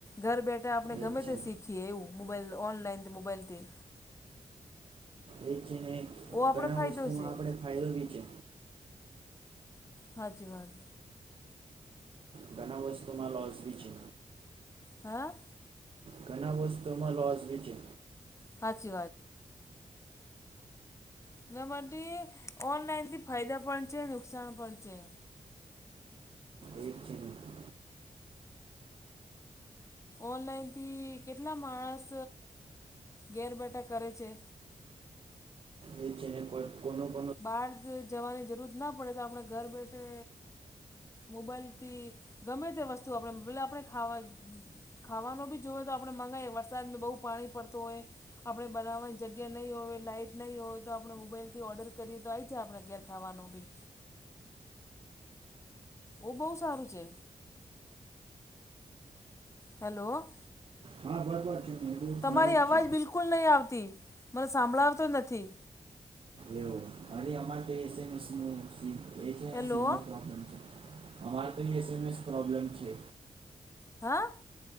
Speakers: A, on the left; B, on the right.
A: ઘર બેઠા આપણે
B: એ
A: ગમે
B: જ છે
A: તે શીખીએ એવું મોબાઈલ ઓનલાઈન મોબાઈલથી.
B: એ જ છે ને
A: ઓ આપણે
B: ઘણા
A: ફાયદો
B: વસ્તુમાં
A: છે
B: આપણે ફાયદો બી છે.
A: હાચી વાત.
B: ઘણા વસ્તુમાં લોઝ બી છે.
A: હા.
B: ઘણા વસ્તુમાં લોઝ બજે..
A: વાત <inaudible> એના માટે ઓનલાઈનથી ફાયદા પણ છે નુકસાન પણ છે.
B: એ જ <inaudible>
A: ઓનલાઈનથી કેટલા માણસ ઘેર બેઠા કરે છે.
B: એ જને કો કો <inaudible>
A: બહાર જવાની જરૂર ના પડે તો આપણે ઘર બેઠે. મોબાઈલથી ગમે તે વસ્તુ આપણે પલે આપણે ખાવા. ખાવાનો બી જોવે તો આપડણે મગાવ વરસાદ બહુ પાણી પડતું હોય. આપણે બનાવાની જગ્યા નહી હોય લાઈટ નહી હોય તો આપણે મોબાઈલથી ઓર્ડર. કરીએ તો આઈ જ આપણે ઘેર ખાવાનું ભી. ઓ બહુ સારું છે. હેલો.
B: હા. ને એ બહુ
A: તમારી
B: સારું
A: અવાજ
B: જ
A: બિલકુલ નહીં મને નથી.
B: એેવ અરે અમારે એસમસ ન સ એ છે
A: હેલો
B: સીમ પ્રોબ્લેમ છે. અમારે તો એસ એમ એસ પ્રોબ્લેમ છે.
A: હા <inaudible>